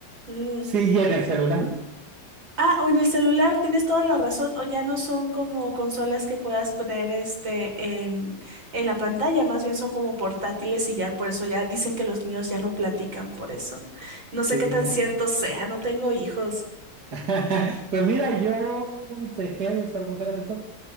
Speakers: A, on the right; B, on the right.
A: Mm.
B: Sí, y en el celular.
A: Ah, o en el celular, tienes toda la razón, o ya no son como consolas que puedas poner este en, en la pantalla, más bien son como portátiles y ya por eso ya dicen que los niños ya no platican por eso. No sé
B: Sí.
A: qué tan cierto sea, no tengo hijos.
B: <laughs> Pues mira, yo dejé de usar consolas de